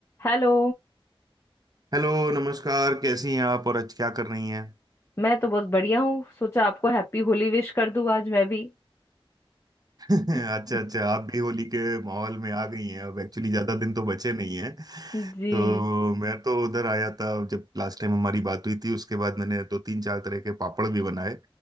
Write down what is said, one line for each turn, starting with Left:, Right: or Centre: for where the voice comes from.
Left: Hello
Right: Hello नमस्कार कैसी हैं आप और अच्छा क्या कर रही हैं
Left: मैं तो बहुत बढ़िया हूँ सोचा आपको हैप्पी होली विश कर दूँ आज मैं भी
Right: <laughs> अच्छा
Left: <laughs>
Right: अच्छा आप भी होली के माहौल में आ गई हैं अब एक्चुअली ज़्यादा दिन तो बचे नहीं हैं
Left: जी
Right: तो मैं तो उधर आया था जब लास्ट टाइम हमारी बात हुई थी उसके बाद मैंने दो तीन चार तरह के पापड़ भी बनाए